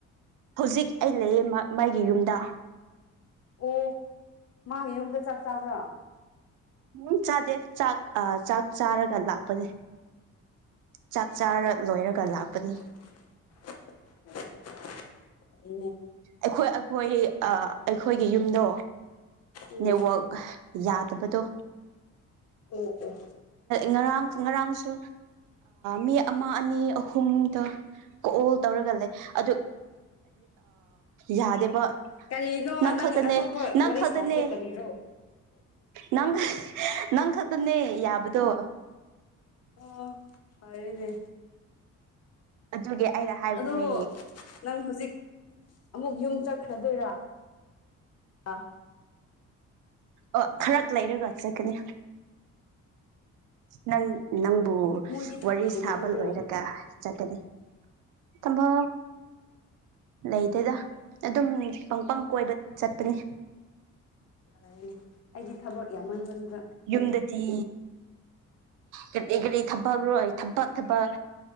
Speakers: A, on the right; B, on the left.
A: ꯍꯧꯖꯤꯛ ꯑꯩ ꯂꯩꯌꯦ ꯃꯥꯒꯤ ꯌꯨꯝꯗ
B: ꯑꯣ ꯃꯥꯒꯤ ꯌꯨꯝꯗ ꯆꯥꯛ ꯆꯥꯕ꯭ꯔꯥ
A: ꯎꯝ ꯆꯥꯗꯦ ꯆꯥꯛ ꯑ ꯆꯥꯛ ꯆꯥꯔꯒ ꯂꯥꯛꯄꯅꯦ ꯆꯥꯛ ꯆꯥꯔ ꯂꯣꯏꯔꯒ
B: ꯑ ꯌꯥꯝ ꯌꯥꯝ ꯐ <unintelligible>
A: ꯂꯥꯛꯄꯅꯤ
B: <inaudible>
A: ꯑꯩꯈꯣꯏ ꯑꯩꯈꯣꯏ ꯑꯩꯈꯣꯏꯒꯤ ꯌꯨꯝꯗꯣ
B: ꯎꯝ
A: ꯅꯦꯠꯋꯥꯛ ꯌꯥꯗꯕꯗꯣ
B: ꯑꯣ ꯑꯣ
A: ꯉꯔꯥꯡ ꯉꯔꯥꯡꯁꯨ ꯃꯤ ꯑꯃ ꯑꯅꯤ ꯑꯍꯨꯝꯗ ꯀꯣꯜ ꯇꯧꯔꯒ ꯂꯩ ꯑꯗꯨ ꯌꯥꯗꯦꯕ
B: ꯀꯔꯤꯅꯣ
A: ꯅꯪ ꯈꯥꯛꯇꯅꯦ
B: ꯑꯇꯣꯞꯄ
A: ꯅꯪ
B: ꯋꯥꯔꯤ
A: ꯈꯥꯛꯗꯅꯦ
B: ꯁꯥꯁꯦ ꯀꯔꯤꯔꯣ
A: ꯅꯪ ꯅꯪ ꯈꯛꯇꯅꯦ ꯌꯥꯕꯗꯣ
B: ꯑꯣ ꯐꯔꯦꯅꯦ
A: ꯑꯗꯨꯒꯤ ꯑꯩꯅ ꯍꯥꯏꯕꯅꯦ
B: ꯑꯗꯣ ꯅꯪ ꯍꯧꯖꯤꯛ ꯑꯃꯨꯛ ꯌꯨꯝ ꯆꯠꯈ꯭ꯔꯗꯣꯏꯔꯥ ꯋꯥ
A: ꯑ ꯈꯔ ꯂꯩꯔꯒ ꯆꯠꯀꯅꯤ ꯅꯪ ꯅꯪꯕꯨ
B: ꯃꯣꯏꯗꯤ ꯊꯧꯗꯕ꯭ꯔꯣ
A: ꯋꯥꯔꯤ ꯁꯥꯕ ꯂꯣꯏꯔꯒ ꯆꯠꯀꯅꯤ ꯇꯝꯕ ꯂꯩꯗꯗ ꯑꯗꯨꯝ ꯄꯪꯄꯪ ꯀꯣꯏꯕ ꯆꯠꯄꯅꯤ
B: ꯌꯥꯅꯦ ꯑꯩꯗꯤ ꯊꯕꯛ ꯌꯥꯝꯃꯟꯕ
A: ꯌꯨꯝꯗꯗꯤ ꯀꯒꯗꯤ ꯊꯄꯔꯣꯏ ꯊꯕꯛ ꯊꯕꯛ